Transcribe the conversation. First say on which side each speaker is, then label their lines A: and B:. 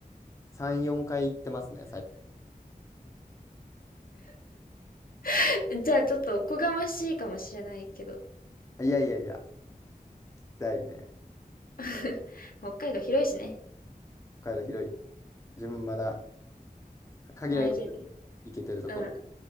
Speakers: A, on the left; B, on the left.
A: 3、4回行ってますね、最
B: <laughs> じゃあちょっとおこがましいかもしれないけど。
A: 近。いやいやいや、行きたいね。
B: <laughs> 北海道広いしね。
A: 北海道広い。自分まだ限られてる、
B: 回りきれてない。
A: 行けてるところ。
B: うん。北